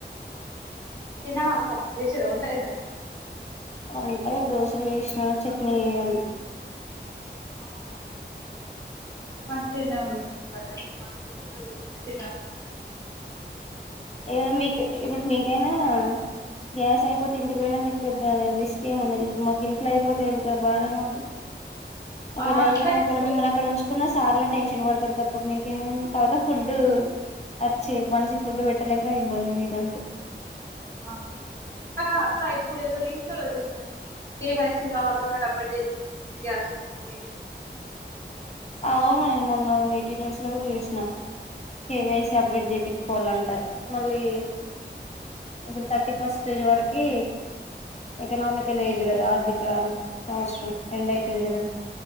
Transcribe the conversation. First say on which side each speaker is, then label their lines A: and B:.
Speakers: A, on the left; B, on the left.
A: తిన్నవా అక్క చేసిన రా వంట అయిందా
B: అకా దోశలు వేసిన చట్నీ వేయాలి
A: అవునా మంచింద ఉంది మీ పని అసలు మాకైతే ఇక్కడ పెట్టింది తినాలండి
B: ఏ మీకు ఇప్పుడు మీకైనా గ్యాస్ అయిపోతే ఇంటికి పోయినా మీకు పెద్ద రిస్క్ ఏమి ఉండదు ఇప్పుడు మాకు ఇంట్లో అయిపోతే ఎంత బాధ మాకు ఒకవేళ
A: ఆ
B: అయిపోయినా
A: కానీ
B: ఒకవేళ
A: ఇప్పుడు
B: మిమ్మల్ని అక్కడ ఉంచుకో కున్న సార్లే టెన్షన్ పడతారు తప్ప మీకేం తర్వాత ఫుడ్ వచ్చి మంచి ఫుడ్ పెట్టలక ఇబ్బంది మీద అంతే
A: ఆ అక్క ఇప్పుడు ఏద రీల్స్ చూ నేను కేవైసీ లో ఆధార్ కార్డు అప్డేట్ చేయించుకుంట గ్యాస్ వస్తుంది
B: అవును నేను మొన్న వే టూ న్యూస్ లో కూడా చూసిన ఏమేసి అప్డేట్ చేయించుకోవాలంటారు మళ్ళీ ఇప్పుడు థర్టీ ఫస్ట్ వరకి ఎకనమిక్ ఎలా ఏజ్ గద అది సంవత్సరం ఎండయితుంది కదా